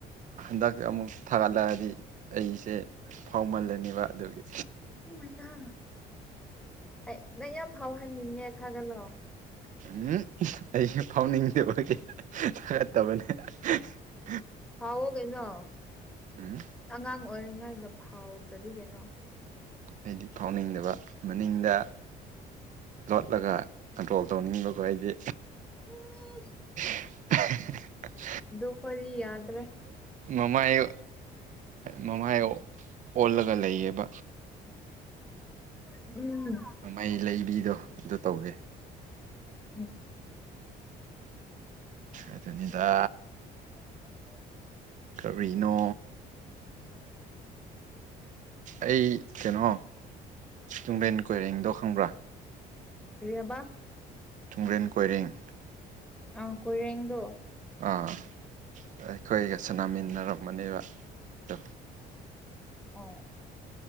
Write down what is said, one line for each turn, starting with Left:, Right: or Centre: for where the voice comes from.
Right: ꯍꯟꯗꯛ ꯑꯃꯨꯛ ꯊꯥꯒꯠꯂꯛꯑꯗꯤ ꯑꯩꯁꯦ ꯐꯥꯎꯃꯜꯂꯅꯤꯕ ꯑꯗꯨꯒꯤ
Centre: ꯎ ꯃ ꯊ ꯑꯩ ꯅꯪ ꯌꯥꯝ ꯐꯥꯎꯍꯟꯅꯤꯡꯉꯦ ꯊꯥꯒꯠꯂꯣ
Right: ꯎꯝ <unintelligible>
Centre: ꯍꯥꯎꯋꯣꯒꯩꯅꯣ
Right: ꯎꯝ
Centre: ꯑꯉꯥꯡ ꯑꯣꯏꯔꯤꯉꯩꯗ ꯐꯥꯎꯗ꯭ꯔꯗꯤ ꯀꯩꯅꯣ
Right: ꯑꯩꯗꯤ ꯐꯥꯎꯅꯤꯡꯗꯕ ꯃꯅꯤꯡꯗ ꯂꯣꯠꯂꯒ ꯀꯟꯇ꯭ꯔꯣꯜ ꯇꯧꯅꯤꯡꯕꯀꯣ ꯑꯩꯗꯤ
Centre: ꯎꯁ
Right: <unintelligible>
Centre: ꯗꯨꯈꯣꯏꯗꯤ ꯌꯥꯗ ꯔꯦ
Right: ꯃꯃꯥꯏꯌꯦ ꯃꯃꯥꯏꯌꯦ ꯑꯣꯜꯂꯒ ꯂꯩꯌꯦꯕ
Centre: ꯎꯝ
Right: ꯃꯃꯩ ꯂꯩꯕꯤꯗꯣ ꯑꯗꯨ ꯇꯧꯒꯦ
Centre: ꯎꯝ
Right: ꯑꯗꯨꯅꯤꯗ
Centre: <unintelligible>
Right: ꯀꯔꯤꯅꯣ ꯑꯩ ꯀꯩꯅꯣ ꯇꯨꯡꯕꯦꯟ ꯀꯣꯏꯔꯦꯡꯗꯣ ꯈꯪꯕ꯭ꯔꯥ
Centre: ꯀꯔꯤ ꯍꯥꯏꯕ
Right: ꯇꯨꯡꯒ꯭ꯔꯦꯟ ꯀꯣꯏꯔꯦꯡ
Centre: ꯑ ꯀꯣꯏꯔꯦꯗꯣ
Right: ꯑꯥ ꯑꯩꯈꯣꯏꯒ ꯁꯥꯟꯅꯃꯤꯟꯅꯔꯝꯃꯅꯦꯕ ꯇꯣ
Centre: ꯑꯣ